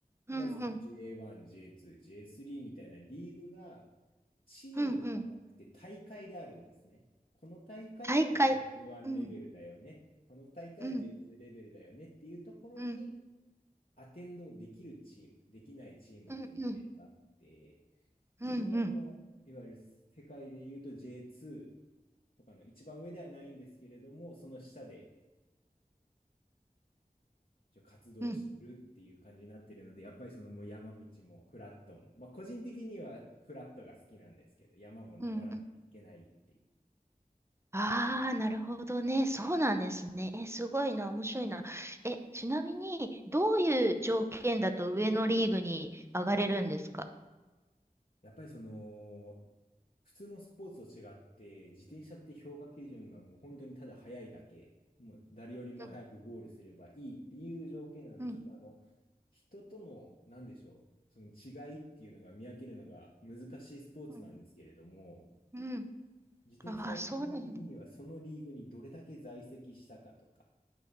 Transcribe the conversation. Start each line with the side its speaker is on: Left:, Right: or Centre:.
Left: で、
Right: うんうん、
Left: まずその J1、J2、J3 みたいなリーグがチームではなくて大会であるんですね。
Right: うんうん。
Left: この大会は
Right: 大会。
Left: J1
Right: うん、
Left: レベルだよね。この大会は
Right: うん、
Left: J2 レベルだよねっていうところに
Right: うん、
Left: アテンドできるチーム、できないチームっていうのがいろいろあって、
Right: うん、うん、うん、
Left: 自分はその、
Right: うん、
Left: いわゆる世界で言うと J2 とかの一番上ではないんですけれども、その下で活動してるっていう感じになってるので、
Right: う
Left: やっぱりそのもう山道もフラットも、まあ個人的にはフラットが好きなんですけど、山も登らなきゃいけないっていう。
Right: ん、うん。ああー、なるほどね。そうなんですね。え、すごいな、面白いな。え、ちなみに、どういう条件だと上のリーグに上がれるんですか
Left: やっぱりその、普通のスポーツと違って、自転車って評価基準がもう本当にただ速いだけ、もう誰よりも早くゴールすればいいっていう条件なので、
Right: うんうん
Left: ちょっとあの、人との、なんでしょう、その違いっていうのが見分けるのが難しいスポーツなんですけれども、
Right: うん。うん
Left: 自転車は基本的にはそのリーグにどれだけ在籍したかとか、
Right: ああ、そうなんだ。